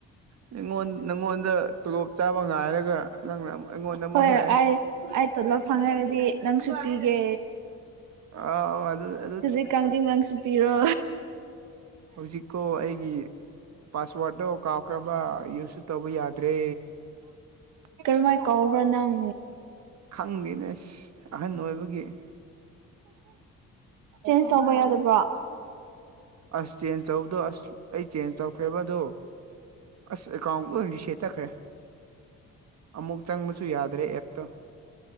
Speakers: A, on the right; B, on the right.
A: ꯑꯩꯉꯣꯟ ꯅꯪꯉꯣꯟꯗ ꯇꯣꯂꯣꯞ ꯆꯥꯕ ꯉꯥꯏꯔꯒ ꯅꯪꯅ ꯑꯃꯨꯛ ꯑꯩꯉꯣꯟꯗ ꯑꯃꯨꯛ
B: ꯍꯣꯏ
A: ꯍꯥꯏꯔꯛꯑꯦ
B: ꯑꯩ ꯑꯩ ꯇꯣꯂꯣꯞ ꯐꯪꯉꯔꯗꯤ ꯅꯪꯁꯨꯨ ꯄꯤꯒꯦ
A: ꯑꯥ ꯑꯥꯎ ꯑꯗꯨꯗ
B: ꯍꯧꯖꯤꯛ ꯀꯥꯟꯗꯤ ꯅꯪꯁꯨ ꯄꯤꯔꯣ
A: ꯍꯧꯖꯤꯛꯀꯣ ꯑꯩꯒꯤ ꯄꯥꯁꯋꯥꯗꯇꯣ ꯀꯥꯎꯈ꯭ꯔꯕ ꯌꯨꯁꯁꯨ ꯇꯧꯕ ꯌꯥꯗ꯭ꯔꯦ
B: ꯀꯔꯝꯃꯥꯢ ꯀꯥꯎꯕ꯭ꯔꯥ ꯅꯪ
A: ꯈꯪꯗꯦꯅꯦ ꯑꯁ ꯑꯍꯟ ꯑꯣꯏꯕꯒꯤ
B: ꯆꯦꯟꯖ ꯇꯧꯕ ꯌꯥꯗꯕ꯭ꯔꯣ
A: ꯑꯁ ꯆꯦꯟꯖ ꯇꯧꯕꯗꯣ ꯑꯁ ꯑꯩ ꯆꯦꯟꯖ ꯇꯧꯈ꯭ꯔꯦꯕ ꯑꯗꯨ ꯑꯁ ꯑꯦꯀꯥꯎꯟ ꯂꯣꯢ ꯔꯤꯁꯦꯠ ꯆꯠꯈ꯭ꯔꯦ꯫ ꯑꯃꯨꯛ ꯆꯪꯕꯁꯨ ꯌꯥꯗ꯭ꯔꯦ ꯑꯦꯞꯇꯣ꯫